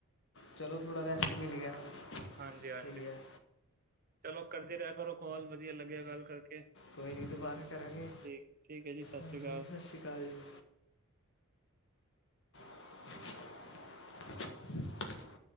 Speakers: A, on the left (about 60°); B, on the right (about 40°).
A: ਚਲੋ ਥੋੜ੍ਹਾ ਰੈਸਟ ਮਿਲ ਗਿਆ,
B: ਹਾਂਜੀ ਹਾਂਜੀ
A: ਸਹੀ ਹੈ।
B: ਚਲੋ ਕਰਦੇ ਰਿਹਾ ਕਰੋ ਕਾਲ, ਵਧੀਆ ਲੱਗਿਆ ਗੱਲ ਕਰਕੇ।
A: ਕੋਈ ਨਹੀਂ ਦੁਬਾਰਾ ਕਰਾਂਗੇ,
B: ਠੀਕ ਠੀਕ ਹੈ ਜੀ ਸਤਿ ਸ਼੍ਰੀ
A: ਹਾਂਜੀ
B: ਅਕਾਲ
A: ਸਤਿ ਸ਼੍ਰੀ ਅਕਾਲ ਜੀ। <inaudible>